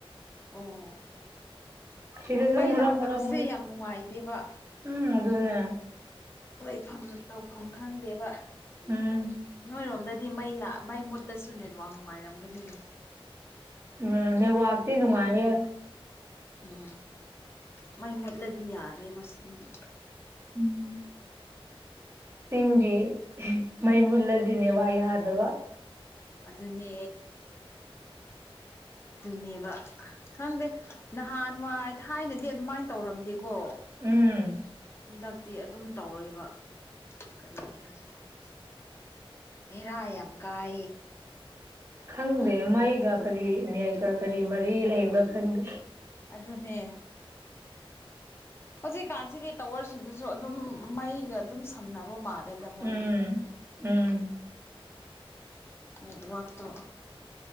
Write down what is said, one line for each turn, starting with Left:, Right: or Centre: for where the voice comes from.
Left: ꯑꯣ
Right: ꯁꯤꯗꯁꯨ
Left: ꯃꯩ
Right: ꯃꯔꯛ
Left: ꯂꯥꯛꯇꯕꯁꯦ
Right: ꯃꯔꯛ ꯃꯨꯠꯂꯦ
Left: ꯌꯥꯝ ꯅꯨꯡꯉꯥꯏꯇꯦꯕ
Right: ꯎꯝ ꯑꯗꯨꯅꯦ
Left: ꯂꯩꯐꯝ ꯇꯧꯐꯝ ꯈꯪꯗꯦꯕ
Right: ꯎꯝ
Left: ꯅꯣꯏꯔꯣꯝꯗ ꯍꯥꯏ ꯃꯩ ꯃꯩ ꯃꯨꯠꯂꯁꯨ ꯅꯦꯠꯋꯥꯛ ꯅꯨꯡꯉꯥꯏꯔꯝꯒꯅꯤꯌꯦ
Right: ꯎꯝ ꯅꯦꯋꯥꯛꯇꯤ ꯅꯨꯡꯉꯥꯏꯌꯦꯦ
Left: ꯎꯝ ꯃꯩ ꯃꯨꯠꯂꯗꯤ ꯌꯥꯗ꯭ꯔꯦꯕ ꯁꯤꯗꯗꯤ
Right: ꯎꯝ ꯇꯒꯤꯤ ꯃꯩꯃꯨꯜꯂꯗꯅꯦꯦ ꯋꯥꯏ ꯑꯗꯕ
Left: ꯑꯗꯨꯅꯦ ꯑꯗꯨꯅꯦꯕ ꯈꯪꯗꯦ ꯅꯍꯥꯟꯋꯥꯏ ꯊꯥꯏꯅꯗꯤ ꯑꯗꯨꯃꯥꯏꯅ ꯇꯧꯔꯝꯗꯦꯀꯣ
Right: ꯎꯝ
Left: ꯍꯟꯗꯛ ꯇꯤ ꯑꯗꯨꯝ ꯇꯧꯔꯣꯏꯕ ꯀꯔꯤꯒꯤꯔꯁꯨ ꯈꯪ ꯔꯑ ꯌꯥꯝ ꯀꯑ
Right: ꯈꯪꯗꯦ ꯃꯩꯒ ꯀꯔꯤ ꯅꯌꯦꯛꯀ ꯀꯔꯤ ꯃꯔꯤ ꯂꯩꯕ꯭ꯔꯥ ꯈꯪꯗꯦ
Left: ꯑꯗꯨꯅꯦ ꯍꯧꯖꯤꯛꯀꯥꯟꯁꯤꯗꯤ ꯇꯥꯋꯔꯁꯤꯡꯗꯨꯁꯨ ꯑꯗꯨꯝ ꯃꯩꯒ ꯑꯗꯨꯝ ꯁꯝꯅꯕ ꯃꯥꯜꯂꯦ ꯂꯩꯗ ꯃꯣꯏꯗꯤ
Right: ꯎꯝ ꯎꯝ
Left: ꯅꯦꯠꯋꯥꯛꯛꯇꯣ